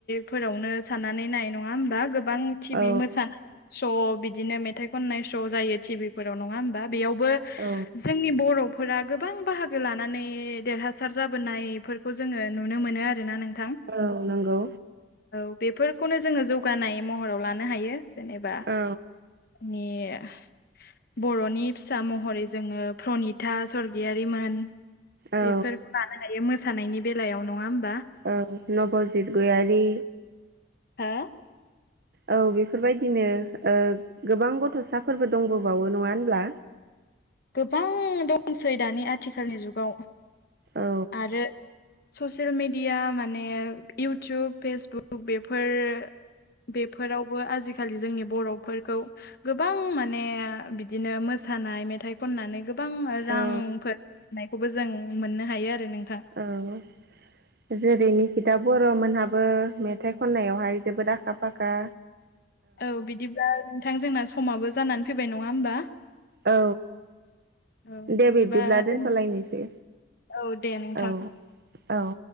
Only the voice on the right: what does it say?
औ
औ
औ नंगौ।
औ
औ
ओ नबजित गयारि।
औ बेफोरबायदिनो ओ गोबां गथ'साफोरबो दंबोबावो नङा होनब्ला?
औ
औ
औ जेरै निकिता बर' मोनहाबो मेथाइ खननायावहाय जोबोद आखा फाखा
औ।
दे
बिदिब्ला दोनथ'लायनोसै
औ औ